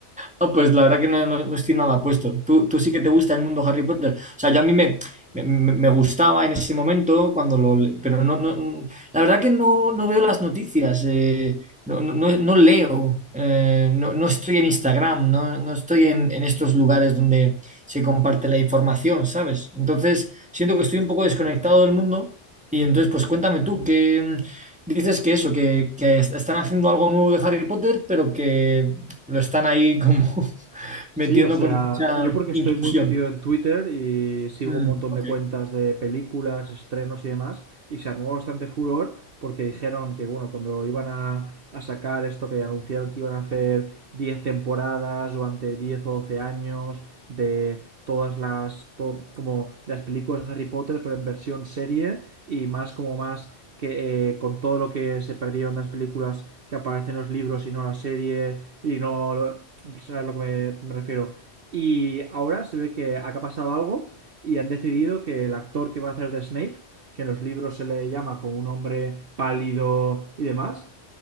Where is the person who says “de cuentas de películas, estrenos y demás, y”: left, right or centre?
Right